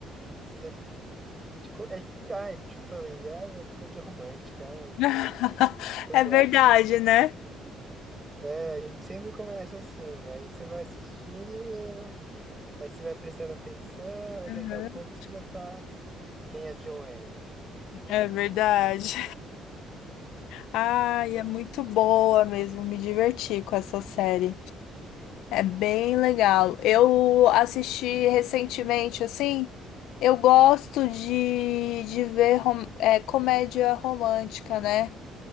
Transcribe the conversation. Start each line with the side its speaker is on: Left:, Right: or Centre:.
Right: Que série. De... co- É, ai, te falei, ai, é comédia romântica, ai,
Left: <laughs>
Right: não, não
Left: É verdade,
Right: gosto.
Left: né?
Right: É, a gente sempre começa assim, aí você vai assistindo, aí você vai prestando atenção, e
Left: Uhum.
Right: daqui a pouco você já tá. Quem é Joanne?
Left: É verdade. Ai, é muito boa mesmo. Me diverti com essa série. É bem legal. Eu assisti recentemente, assim. Eu gosto de, de ver rom- é, comédia romântica, né?